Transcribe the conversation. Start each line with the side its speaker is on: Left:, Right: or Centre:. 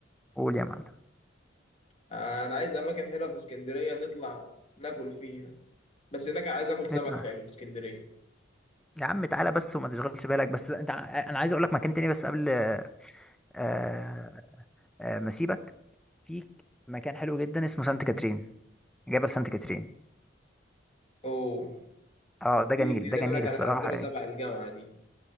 Centre: قول يا معلم
Left: آه، انا عايز اماكن حلوه في اسكندريه نطلع ناكل فيها بس هناك عايز اكل سمك
Centre: اطلع
Left: حلو في اسكندريه
Centre: يا عم تعالى بس وما تشغلش بالك بس انت ع- انا عايز اقول لك مكان تاني بس قبل آه، آه، ما اسيبك في مكان حلو جدا اسمه سانت كاترين جبل سانت كاترين
Left: اوه
Centre: اه ده
Left: دي
Centre: جميل
Left: دي
Centre: ده
Left: رحله
Centre: جميل
Left: كانت
Centre: الصراحة
Left: عندنا
Centre: يعني
Left: تبع الجامعه دي